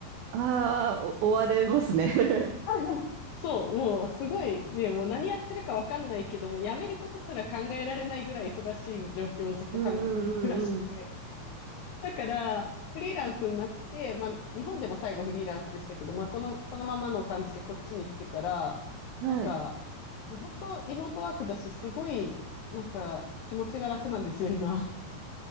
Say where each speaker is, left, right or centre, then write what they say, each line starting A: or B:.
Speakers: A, on the right (about 75°); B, on the left (about 75°).
A: ああ、お追われますね。<laughs>
B: <laughs> そう、もうすごいね、もう何やってるかわかんないけども、辞めることすら考えられないぐらい忙しい状況をずっとかん、
A: うんうんうんうん。
B: 暮らしてて。だから、フリーランスになって、まあ、日本でも最後フリーランスでしたけど、まあ、この、そのままの感じでこっちに来てから、
A: はい。
B: なんか、もう本当リモートワークだし、すごい、なんか、気持ちが楽なんですよ、今。